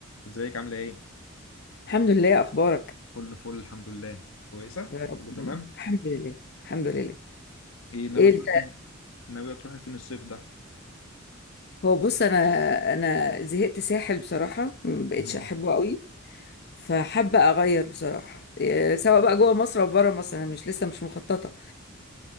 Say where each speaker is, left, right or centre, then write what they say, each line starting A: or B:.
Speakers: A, on the left (about 70°); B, on the left (about 50°).
A: ازيك عاملة ايه؟
B: الحمد لله اخبارك
A: كله فل الحمد لله كويسة؟
B: يا رب
A: كله تمام؟
B: الحمد لله الحمد لله
A: ايه ناوية
B: ايه
A: تروحي
B: الت-
A: فين؟ ناوية تروحي فين الصيف ده؟
B: هو بص انا انا زهقت ساحل بصراحه ما بقتش
A: مم.
B: احبه قوي فحابه اغير بصراحه إيه، سواء بقى جوه مصر او بره مصر انا مش لسه مش مخططه